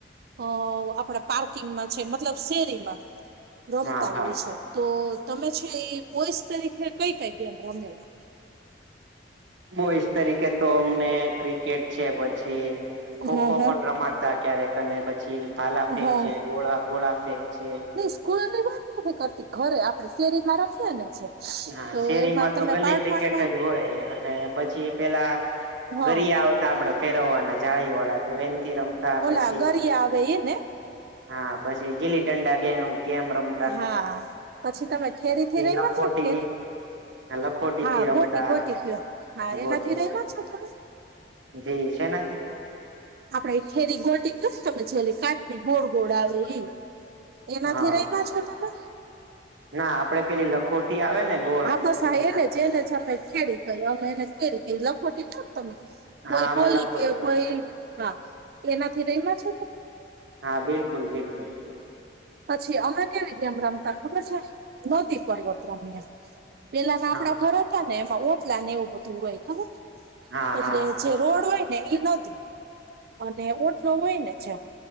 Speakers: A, on the right; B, on the right.
A: અ આપડા પાર્કિંગમાં છે મતલબ શેરીમાં રમતા
B: હા હા
A: હોય છે તો તમે છે એ બોઇસ તરીકે કઈ કઈ ગેમ રમેલા
B: બોઈસ તરીકે તો અમે ક્રિકેટ છે પછી ખોખો
A: હા હા
B: પણ રમાડતા ક્યારેક અને પછી ભાલા ફેક
A: હા
B: છે ગોળા ગોળા ફેંક છે
A: નઈ સ્કૂલની વાત નથી કરતી ઘરે આપડે શેરીમાં રમીએ ને છે
B: હા
A: તો
B: શેરીમાં
A: એમાં તમે
B: તો ગલી
A: બાળપણમાં
B: ક્રિકેટ જ હોય અને પછી પેલા
A: હા
B: ઘરી યાવ તા આપડે ફેરવવાના જાય વોળા તો એનથી રમતા
A: ઓલા
B: પછી
A: ગરિયા આવે એ ને
B: હા પછી ગીલી ડંડા ગેવ ગેમ રમ
A: હા પછી તમે ખેરી થી રયમાં
B: લખોટી
A: છે ખેરી થી
B: લખોટી
A: હા
B: થી રમતા
A: ગોટી ગોટી ગયો હા એનાથી
B: ગોટી
A: રયમાં છો તમે
B: જી શેનાથી
A: આપડે એ ખેરી ગોટી કયો ને તમે છેલી કાચની ગોળ ગોળ આવે ઈ એનાથી
B: હા
A: રયમાં છો તમે
B: ના આપડે પેલી લખોટી આવે ને ગોળ
A: હા બસા
B: એના
A: એને જ એને જ અમે ખેડી કઇએ અમે એને ખેડી કઇએ લખોટી કો ને તમે કોઈ
B: હા અમે
A: ગોલી
B: લખોટી
A: કે કોઈ હા એનાથી રયમાં છો તમે
B: હા બિલકુલ બિલકુલ
A: પછી અમે કેવી ગેમ રમતા ખબર છે નદી પર્વત રમીએ પેલાના
B: હા
A: આપડા ઘર હતા ને એમાં ઓટલા ને એવું બધું હોય ખબર છે
B: હા
A: એટલે
B: હા
A: જે રોડ હોય ને ઈ નોતું અને ઓટલો હોય ને જ્યાં